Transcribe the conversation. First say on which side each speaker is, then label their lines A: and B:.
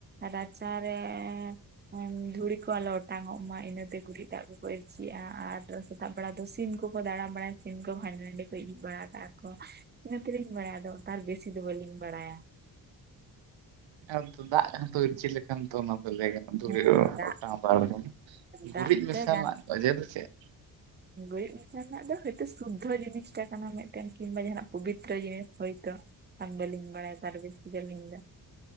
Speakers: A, on the right (about 20°); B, on the right (about 70°).
A: ᱨᱟᱪᱟ ᱨᱮ ᱮᱝ ᱫᱷᱩᱲᱤ ᱠᱚ ᱟᱞᱚ ᱚᱴᱟᱝᱚᱜ ᱢᱟ ᱤᱱᱟᱹ ᱛᱮ ᱜᱩᱨᱤᱡ ᱫᱟᱜ ᱠᱚᱠᱚ ᱤᱨᱪᱤᱭᱟ ᱟᱨ ᱰᱚ ᱥᱮᱼᱼ ᱥᱮᱛᱟᱜ ᱵᱮᱲᱟ ᱫᱚ ᱥᱤᱢ ᱠᱚᱠᱚ ᱫᱟᱬᱟ ᱵᱟᱲᱟᱭᱟ ᱥᱤᱢ ᱠᱚ ᱦᱟᱸᱰᱮ ᱱᱟᱸᱰᱮ ᱠᱚ ᱤᱡ ᱵᱟᱲᱟ ᱠᱟᱜ-ᱟ ᱠᱚ ᱛᱟ ᱤᱱᱟᱹ ᱛᱮᱞᱤᱧ ᱵᱟᱲᱟᱭᱟ ᱟᱫᱚ ᱛᱟᱨ ᱵᱮᱥᱤ ᱫᱚ ᱵᱟᱹᱞᱤᱧ ᱵᱟᱲᱟᱭᱟ᱾
B: ᱟᱨ ᱛᱚ ᱫᱟᱜ ᱦᱚᱸ ᱛᱚ ᱤᱨᱪᱤ ᱞᱮᱠᱷᱟᱱ ᱛᱚ ᱚᱱᱟ ᱛᱚ ᱞᱟᱹᱭ ᱜᱟᱱᱚᱜ ᱾ ᱫᱷᱩᱲᱤ
A: ᱦᱮᱸ
B: ᱚᱜ-ᱚ
A: ᱫᱟᱜ
B: ᱚᱴᱟᱝ ᱵᱟᱲᱟᱭᱟ ᱜᱩᱨᱤᱡ
A: ᱫᱟᱜ
B: ᱢᱮᱥᱟ
A: ᱛᱮ ᱜᱟᱱ
B: ᱨᱮᱱᱟᱜ ᱚᱡᱮ ᱫᱚ ᱪᱮᱜ?
A: ᱜᱩᱨᱤᱡ ᱢᱮᱥᱟ ᱨᱮᱱᱟᱜ ᱫᱚ ᱦᱚᱭᱛᱚ ᱥᱩᱫᱽᱫᱷᱚ ᱡᱤᱱᱤᱥ ᱴᱟ ᱠᱟᱱᱟ ᱢᱮᱫᱴᱮᱱ ᱠᱤᱝᱵᱟ ᱡᱟᱦᱟᱸ ᱱᱟᱜ ᱯᱚᱵᱤᱛᱨᱚ ᱡᱤᱱᱤᱥ ᱦᱚᱭᱛᱚ ᱾ ᱟᱨ ᱵᱟᱹᱞᱤᱧ ᱵᱟᱲᱟᱭᱟ ᱛᱟᱦᱚᱞᱮ ᱡᱟᱹᱥᱛᱤ ᱫᱚ ᱟᱹᱞᱤᱧ ᱫᱚ᱾